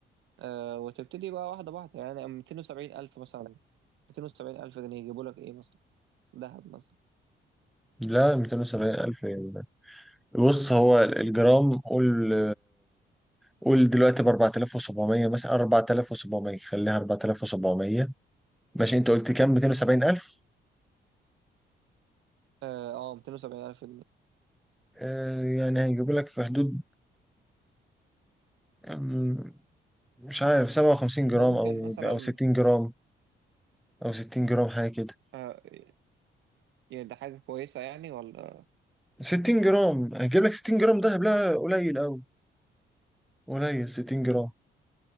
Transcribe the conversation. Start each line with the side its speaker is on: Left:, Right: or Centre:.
Right: آه، وتبتدي بقى واحده واحده يعني 270 الف مثلا 270 الف جنيه يجيبوا لك ايه مثلا ذهب مثلا
Centre: لا 270 ألف يعني. بص هو الجرام قول قول دلوقتي ب 4700 مثلا 4700 خليها 4700 ماشي انت قلت كام 270 ألف
Right: اه آه، 270,000 جنيه
Centre: آه يعني هيجيبوا لك في حدود آه، مش عارف 57 جرام
Right: ممكن
Centre: او
Right: مثلا
Centre: او 60 جرام او 60 جرام حاجه كده
Right: آه يعني ده حاجة كويسة يعني ولا
Centre: 60 جرام هجيب لك 60 جرام دهب لا قليل قوي قليل 60 جرام